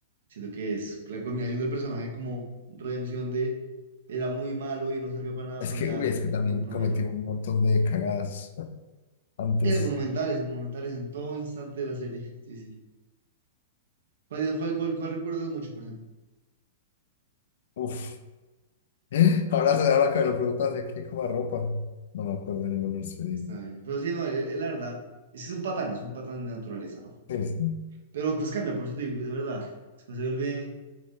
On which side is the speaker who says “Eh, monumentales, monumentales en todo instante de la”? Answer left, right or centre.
Right